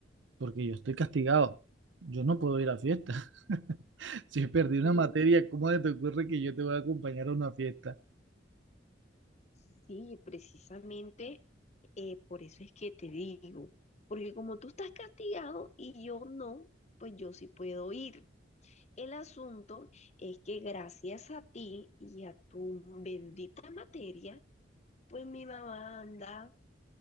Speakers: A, on the right; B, on the left.
A: porque yo estoy castigado. Yo no puedo ir a fiesta. <laughs> Si perdí una
B: Mm,
A: materia, ¿cómo te ocurre que yo te voy a acompañar a una fiesta?
B: Sí, precisamente Eh, por eso es que te digo, porque como tú estás castigado y yo no, pues yo sí puedo ir. El asunto es que gracias a ti y a tu bendita materia, pues mi mamá anda,